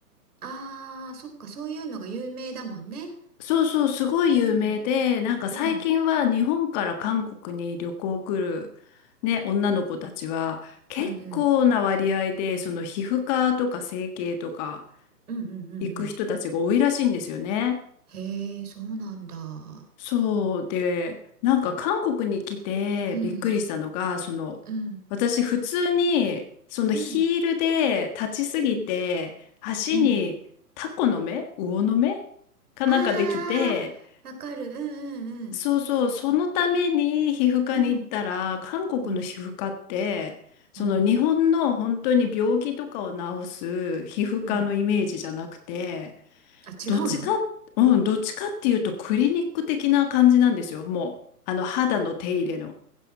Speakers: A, on the right; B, on the left.
A: ああ、そっか、そういうのが有名だもんね。
B: そうそうすごい有名でなんか最近は日本から韓国に旅行来るね女の子たちは結構な割合でその皮膚科とか整形とか
A: うん、うん、うん、うん、うん、うん、うんう
B: 行く人たちが多いらしいんですよね。
A: ん。へえ、そうなんだ。
B: そうで、なんか韓国に来てびっくりしたのが、
A: うん、
B: その、
A: うん、
B: 私普通に、そのヒールで立ちすぎて、
A: うん、うん、
B: 足にタコの目魚の目かなんかできて、
A: うん。ああ、わかる。うん、うん、
B: そうそう、そのために皮膚科に行ったら、
A: うん、
B: 韓国の皮膚科って、
A: うん、
B: その日本の本当に病気とかを治す皮膚科のイメージじゃなくて、
A: うん、うん。うんあ、違うの
B: どっちか、うん、どっちかっていうとクリニック的な感じなんですよ。もう、あの、肌の手入れの。